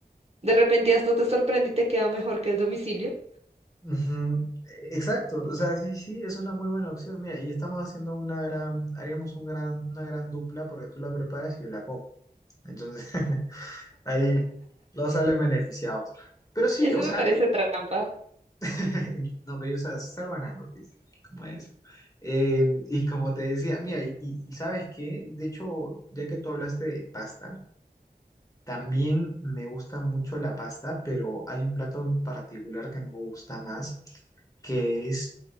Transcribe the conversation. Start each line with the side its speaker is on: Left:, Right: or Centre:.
Right: De repente hasta te sorprende y te queda mejor que el domicilio.
Left: Ujú, Exacto, o sea, sí, sí, es una muy buena opción. Mira, y estamos haciendo una gran, haríamos un gran, una gran dupla porque tú la preparas y yo la como. Entonces, <laughs> Ahí los salen beneficiados. Pero sí,
Right: Eso
Left: o
Right: me
Left: sea,
Right: parece
Left: eh,
Right: trampa.
Left: <laughs> no, pero o sea, sal ganando, pues, como eso. Eh, y como te decía, mira, y, y- y ¿sabes qué? De hecho, ya que tú hablaste de pasta, también me gusta mucho la pasta, pero hay un plato en particular que me gusta más, que es